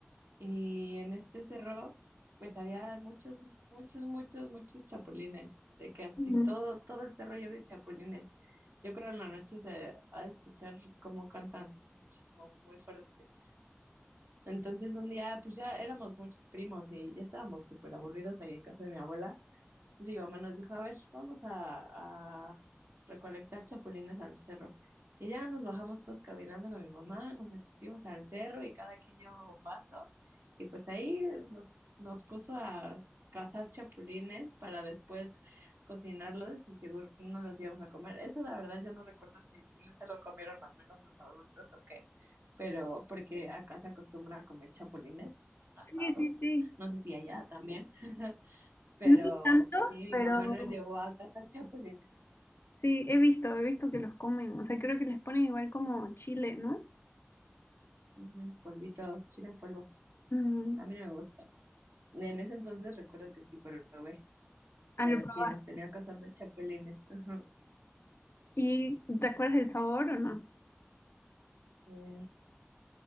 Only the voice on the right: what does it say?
Y en este cerro, pues había muchos, muchos, muchos, muchos chapulines. De que así
todo, todo el cerro lleno de chapulines. Yo creo en la noche se ha de escuchar cómo cantan muchísimo, muy fuerte. Entonces un día, pues ya éramos muchos primos y ya estábamos súper aburridos ahí en casa de mi abuela. Entonces mi mamá nos dijo, a ver, vamos a, a recolectar chapulines al cerro. Y ya nos bajamos todos caminando con mi mamá, nos metimos al cerro y cada quien llevaba un vaso. Y pues ahí nos, nos puso a cazar chapulines para después cocinarlos y seguro no los íbamos a comer. Eso la verdad yo no recuerdo si, si se lo comieron al menos los adultos o qué, pero porque acá se acostumbra a comer chapulines asados.
No sé si allá también. <laughs> Pero
sí, mi
mamá nos llevó a cazar <laughs> chapulines.
Ujú, polvito, chile en polvo.
A mí no me gusta. Y en ese entonces recuerdo que sí probé,
pero
sí, nos tenía cazando chapulines. Ajá.
Pues